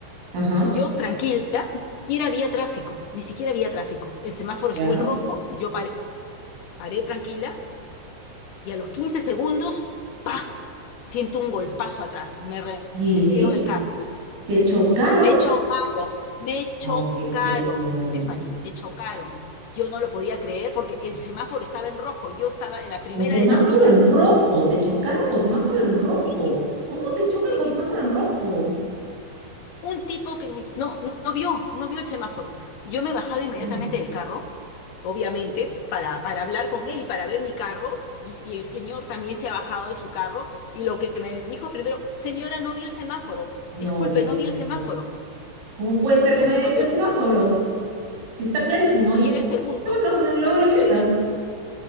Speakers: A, on the right; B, on the left.
A: ajá,
B: Yo, tranquila, ni siquiera había tráfico, ni siquiera había tráfico. El semáforo
A: ya.
B: estuvo en rojo, yo paré, paré tranquila y a los 15 segundos, ¡pa! Siento un golpazo atrás. Me
A: ¿Y
B: remecieron el carro.
A: te chocaron?
B: Me chocaron, me
A: No
B: chocaron,
A: te creo.
B: Stephanie, me chocaron. Yo no lo podía creer porque el semáforo estaba en rojo, yo estaba en la primera
A: Con semáforo
B: de la fila.
A: en rojo, te chocaron con semáforo en rojo.
B: Sí,
A: ¿Cómo te chocan
B: sí.
A: con semáforo en rojo?
B: Un tipo que ni- no, no, no vio, no vio el semáforo. Yo me he bajado inmediatamente
A: Mm,
B: del carro, obviamente, para, para hablar con él y para ver mi carro, y, y el señor también se ha bajado de su carro, y lo que me dijo primero, señora, no vi el semáforo,
A: No
B: disculpe,
A: vio el
B: no
A: semáforo.
B: vi el semáforo.
A: ¿Cómo puede ser
B: No,
A: que no haya
B: no
A: visto
B: vio
A: el
B: el
A: semáforo?
B: semáforo.
A: Si está clarísimo, ¿y
B: Y era
A: cómo
B: el segundo.
A: están los semáforos
B: O
A: en el logo
B: sea,
A: de la libreta?
B: yo era